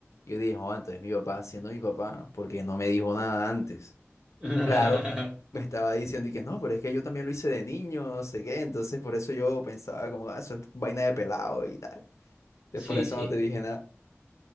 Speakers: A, on the left (about 90°); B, on the right (about 15°).
A: Yo dije, joa, entonces mi papá, siendo mi papá, porque no me dijo nada antes.
B: <laughs>
A: Claro, me estaba diciendo y que no, pero es que yo también lo hice de niño, no sé qué, entonces por eso yo pensaba como, "Ah, eso es vaina de pelado y tal. Entonces
B: Sí,
A: por eso
B: sí.
A: no te dije nada.